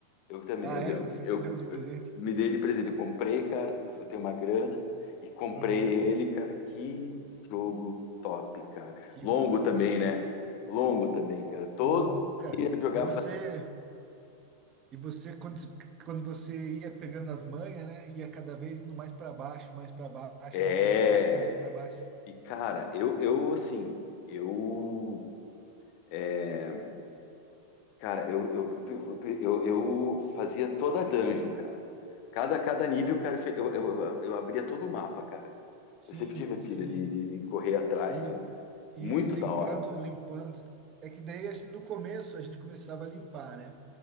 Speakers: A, on the left (about 45°); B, on the right (about 30°).
A: Eu também,
B: Ah,
A: eu,
B: é?
A: eu,
B: Você
A: eu-
B: se deu de presente?
A: eu me dei de presente, eu comprei, cara, eu juntei uma grana e comprei
B: Aham.
A: ele, cara. Que jogo top, cara.
B: Que
A: Longo
B: massa,
A: também,
B: né?
A: né? Longo também, cara. Todo
B: Longo, cara.
A: dia eu jogava.
B: E você
A: fazia-
B: E você, quando, quando você ia pegando as manhas, né? Ia cada vez indo mais para baixo, mais para baixo,
A: É.
B: mais para baixo, mais para baixo.
A: E, cara, eu, eu assim, eu. é, cara, eu, eu, eu, eu, eu fazia toda a dungeon, cara. Cada, cada nível, cara, eu, eu, eu, eu abria todo o mapa, cara.
B: Sim,
A: Eu sempre tive a pira
B: sim.
A: de, de, de correr atrás,
B: E,
A: tudo.
B: e
A: Muito
B: limpando,
A: da hora.
B: limpando. É que daí, assim, no começo, a gente começava a limpar, né?